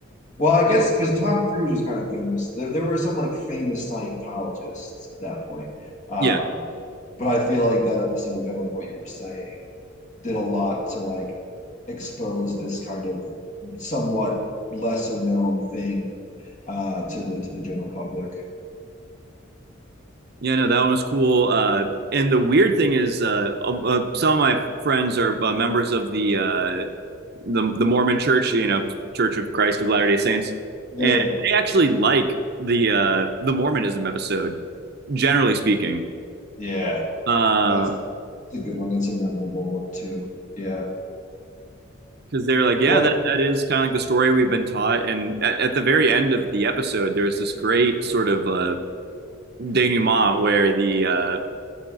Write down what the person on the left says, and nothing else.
well, I guess because Tom Cruise was kind of famous. There, there were some like famous Scientologists at that point. Um,
but I feel like that episode, kind of like what you were saying, did a lot to like expose this kind of somewhat lesser known thing uh, to the to the general public.
Yeah,
yeah,
yeah.
That's a good one. That's a memorable one too. Yeah.
Well,